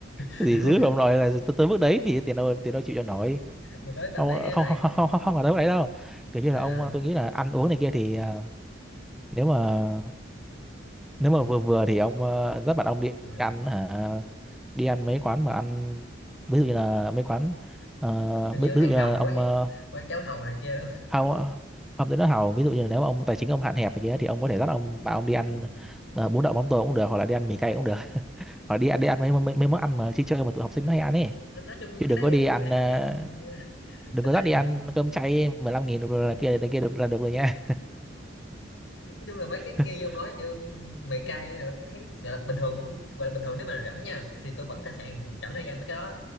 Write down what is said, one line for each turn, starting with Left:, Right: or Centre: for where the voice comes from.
Left: <laughs>
Centre: gì dữ ông nói là tới, tới mức đấy thì tiền đâu tiền đâu chịu cho nổi
Left: mà tới tầm
Centre: không
Left: đấy thì
Centre: không
Left: lại
Centre: không
Left: ừ,
Centre: không không, không là tới mức đấy đâu kiểu như
Left: à
Centre: là ông tôi nghĩ là ăn uống này kia thì à, nếu mà nếu mà vừa vừa thì ông à, dắt bạn ông đi
Left: ừ.
Centre: ăn hả đi ăn mấy quán mà ăn ví dụ như là mấy quán ờ,
Left: kiểu như
Centre: ví,
Left: ăn
Centre: ví dụ như
Left: hàu
Centre: là
Left: quán
Centre: ông uh,
Left: quán cháo hàu này kia đó
Centre: không hao tới nó hào ví dụ như là nếu mà ông tài chính ông hạn hẹp này kia thì ông có thể dắt ông bạn ông đi ăn
Left: Ừ.
Centre: ờ, bún đậu mắm tôm cũng được hoặc là đi ăn mì cay cũng được <laughs> hoặc đi ăn đi ăn mấy mấy, mấy món ăn mà chơi chơi mà tụi học sinh
Left: Ừ.
Centre: nó hay ăn
Left: Em-
Centre: ấy
Left: nói chung mấy
Centre: chứ
Left: cái
Centre: đừng
Left: đấy
Centre: có đi ăn
Left: thì thì
Centre: à,
Left: dạng <laughs>
Centre: đừng
Left: sao
Centre: có
Left: ta
Centre: dắt đi ăn cơm chay 15 nghìn được rồi là kia là kia được là được rồi nha
Left: nói chung là mấy cái
Centre: <laughs>
Left: kia như ông nói kiểu mày cay là thấy gọi là bình thường gọi là bình thường nếu mà rảnh nha thì tôi vẫn sẵn sàng rảnh đi ăn mấy cái đó